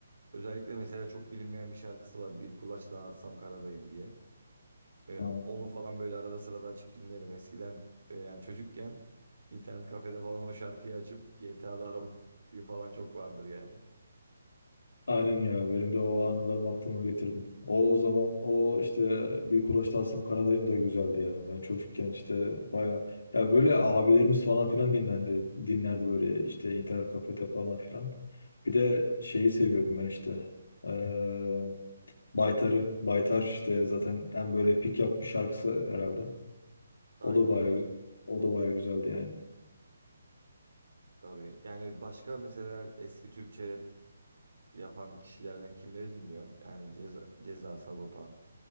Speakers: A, on the right; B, on the left.
A: Özellikle mesela çok bilinmeyen bir şarkısı var. Bir kulaç daha atsam karadayım diye. E,
B: Ha,
A: onu falan böyle arada sırada açıp dinlerim. Eskiden e, yani çocukken internet kafede falan o şarkıyı açıp GTA'da araba falan çok vardır yani.
B: Aynen ya benim de o anılarımı aklıma getirdim. O, o zaman o işte bir Kulaç Tasım Karadayım da güzeldi ya. Ben çocukken işte baya ya böyle abilerimiz falan filan dinlendi dinlerdi böyle işte internet kafede falan filan. Bir de şeyi seviyordum ben işte. Ee, Baytar'ı. Baytar işte zaten en böyle pik yapmış şarkısı herhalde.
A: Aynen
B: O da baya
A: öyle.
B: o da baya güzeldi yani.
A: Tabii. Yani başka mesela eski Türkçe rap yapan kişilerden kimleri dinliyor? Yani Ceza, Ceza Sagopa.